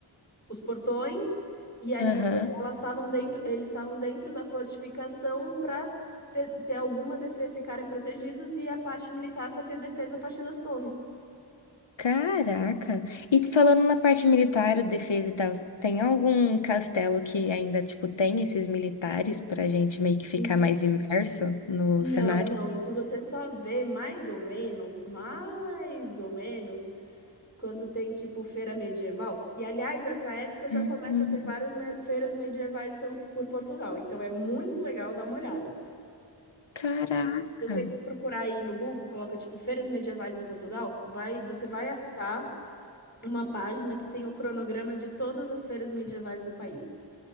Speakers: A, on the left; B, on the left.
A: os portões, e ali
B: Aham.
A: elas estavam dentro, eles estavam dentro da fortificação para ter, ter alguma defesa, ficarem protegidos, e a parte militar fazia defesa a partir das torres.
B: Caraca. E falando na parte militar, defesa e tal, tem algum castelo que ainda, tipo, tem esses militares pra gente meio que ficar
A: N-
B: mais imerso no
A: Não,
B: cenário?
A: não, isso você só vê mais ou menos, mais ou menos. Quando tem tipo feira medieval. E aliás, essa época já
B: Uhum.
A: começa a ter várias me- feiras medievais pelo, por Portugal. Então é muito legal dar uma olhada.
B: Caraca.
A: Você co- procurar aí no Google, coloca tipo feiras medievais em Portugal, vai, você vai achar uma página que tem o cronograma de todas as feiras medievais do país.